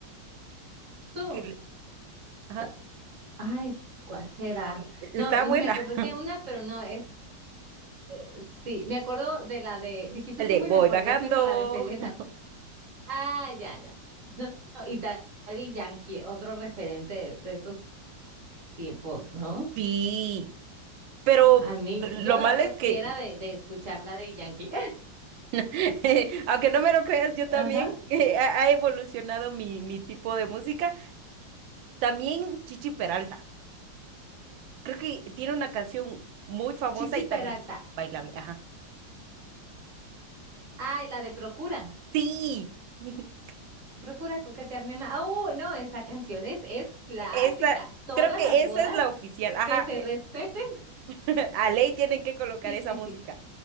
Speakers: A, on the right; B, on the right.
A: Su,
B: Que le- Ajá.
A: ta- ay, ¿cuál será?
B: e- e-
A: No,
B: Está buena.
A: me acordé
B: <laughs>
A: que una, pero no, es, eh, sí, me acuerdo de la de, dijiste
B: El
A: Zumba
B: de voy
A: y me acordé,
B: bajando.
A: pero la de Selena.
B: <laughs>
A: Ah, ya, ya. No, no, y Daddy Yankee, otro referente de, de esos tiempos, ¿no?
B: Sí, pero
A: A mí,
B: lo
A: yo la
B: malo
A: verdad
B: es que,
A: sí era de, de escuchar Daddy Yankee.
B: <laughs> aunque no me lo creas, yo también
A: <laughs> Ajá.
B: <laughs> ha ha evolucionado mi, mi tipo de música. También Chichi Peralta. Creo que tiene una canción muy famosa
A: Chichi
B: y
A: Peralta.
B: también es bailable. Ajá.
A: Ay, la de Procura.
B: Sí, <laughs>
A: Procura coquetearme más. Oh, no, esa canción es, es clásica.
B: esa,
A: Todas
B: creo que
A: las
B: esa
A: bodas
B: es la oficial. Ajá.
A: que se respeten.
B: <laughs> A ley tienen que colocar
A: Sí,
B: esa
A: sí,
B: música.
A: sí.